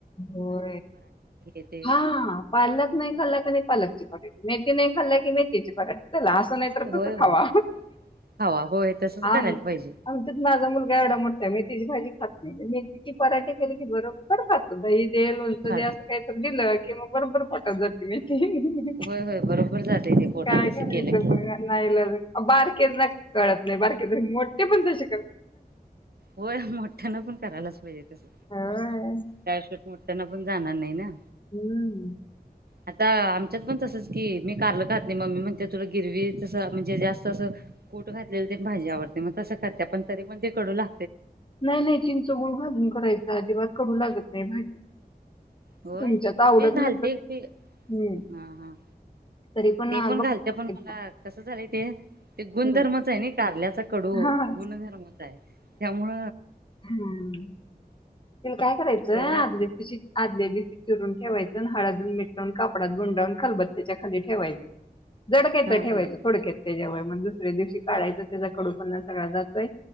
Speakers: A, on the left (about 30°); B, on the right (about 75°).
A: होय
B: ते
A: हा पालक नाही खालकनी पालकची मेथी नाही खल्ल कि मेथीची पराठे असं नाही तर
B: होय
A: तच
B: होय
A: खावा
B: खावा होय तसच
A: आम
B: करायला पाहिजे
A: आमच्यात माझा मुलगा एवढा मोठा मेथीची भाजी खात नाही मेथीचे पराठे केले की बरोबर खात दही लोणचे
B: खात
A: दया असं कायतर दिलं कि मग बरोबर पोटात जाते मेथी
B: होय होय बरोबर जातय ते पोटात
A: काय
B: तसं
A: करायचं
B: केलं की
A: बघा नाईलाज आओ बारकेेच ना कळत नाही बारकेेत मोठे पण तशे
B: होय मोठ्याना पण करायलाच पाहिजेत. तस
A: होय.
B: चारशट्ट मटताना पण जाणार नाही ना
A: हम्म
B: आता आमच्यात पण तसच की मी कारल घातली मम्मी म्हण त्या थडं गिरवी तसं म्हणजे जास्त असं कूट घातलेलं ते भाजी आवडते मग तसं करते पण तरी पण ते कडू ला
A: नाही चिंच गुळू भाजून करायच अजिबात करू लागत नाही भाजी
B: होय
A: तुमच्यात आवडत
B: ते घालते
A: नसेल.
B: ते
A: हं.
B: हा हा
A: तरी
B: ते
A: अ,
B: पण
A: बघ
B: घालते पण
A: एकदा
B: मला कसं झालंय ते ते गुणधर्मच
A: हं.
B: आहे नाही कारल्याचा कडू
A: हां.
B: गुणधर्मच आहे त्यामुळ
A: हम्म तला काय करायचं
B: कडू
A: आशी
B: आहे
A: आदल्या दिवशी चिरून ठेवायचे हळद मीठ लावून कापडात गुंडावून खलबततेच्या खाली ठेवायच जड काहीतरी
B: हा
A: ठेवायचं
B: हा
A: थोडक्यात तेय म्हणज दुसऱ्यादिवशी काढायच
B: हा
A: त्याच्या कडू पणा सगळ्या जातोय.